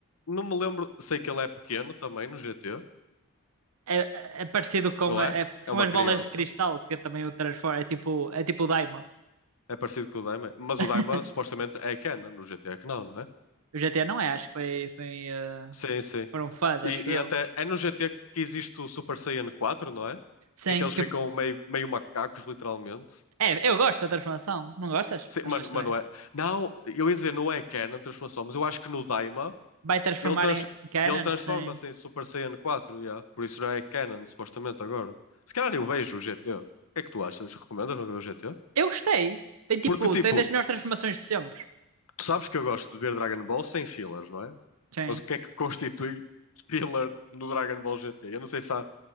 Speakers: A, on the left; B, on the right.
A: não me lembro. Sei que ele é pequeno também no GT,
B: É, é- é parecido com.
A: não
B: a-
A: é?
B: é-
A: É
B: são
A: uma
B: as
A: criança.
B: bolas de cristal que também o transforma. É tipo, é tipo o Daima.
A: É parecido com o Daima. Mas
B: <laughs>
A: o Daima supostamente é Kena no GT, é que não, não é?
B: O GTA não é, acho que foi, foi, eh,
A: Sim, sim.
B: foram fãs,
A: E,
B: acho eu.
A: e até é no GT que existe o Super Saiyan Quatro, não é?
B: Sim,
A: Em que eles
B: que,
A: ficam meio, meio macacos, literalmente.
B: é, eu gosto da transformação. Não gostas?
A: Sim,
B: Achas
A: mano,
B: estranho?
A: mano, é. Não, eu ia dizer, não é Kena a transformação, mas eu acho que no Daima
B: Vai transformar
A: Ele, trans-
B: em Canon?
A: ele transforma-se
B: Sim.
A: em Super Saiyan 4, yeah. Por isso já é canon, supostamente, agora. Se calhar eu vejo o GT. O que é que tu achas? Recomendas-me ver o GT?
B: Eu gostei. Tem tipo,
A: Porque,
B: tem
A: tipo,
B: das melhores transformações
A: se-
B: de sempre.
A: tu sabes que eu gosto de ver Dragon Ball sem fillers, não é?
B: Sim.
A: Mas o que é que constitui <laughs> filler no Dragon Ball GT? Eu não sei se há...